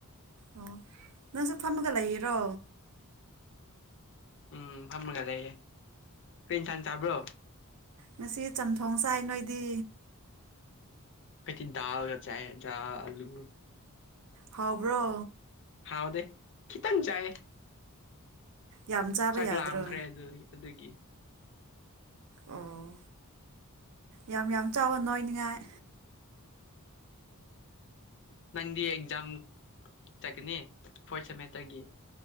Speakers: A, on the right; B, on the left.
A: ꯑꯣ ꯅꯪꯁꯨ ꯐꯝꯃꯒ ꯂꯩꯔꯤꯔꯣ
B: ꯎꯝ ꯐꯝꯃꯒ ꯂꯩꯌꯦꯦ ꯀꯔꯤꯏꯟꯁꯥꯡ ꯆꯥꯕ꯭ꯔꯣ
A: ꯉꯁꯤ ꯆꯝꯊꯣꯡ ꯆꯥꯏ ꯅꯣꯏꯗꯤ
B: ꯑꯩꯈꯣꯏꯗꯤ ꯗꯜꯒ ꯆꯥꯏ ꯌꯦ ꯑꯂꯨ
A: ꯍꯥꯎꯕ꯭ꯔꯣ
B: ꯍꯥꯎꯗꯦ ꯀꯈꯤ ꯈꯤꯇꯪ ꯆꯌꯦ
A: ꯌꯥꯝ ꯆꯥꯕ
B: ꯆꯥꯛ
A: ꯌꯥꯗ꯭ꯔꯣ
B: ꯂꯥꯝꯈ꯭ꯔꯦ ꯑꯗꯨꯒꯤ
A: ꯑꯣ ꯌꯥꯝ ꯌꯥꯝ ꯆꯥꯎꯋꯣ ꯅꯣꯏꯅꯤꯉꯥꯏ
B: ꯅꯪꯗꯤ ꯑꯦꯛꯖꯥꯝ ꯆꯠꯀꯅꯤ ꯐꯣꯔꯠ ꯁꯦꯃꯦꯁꯇꯔꯒꯤ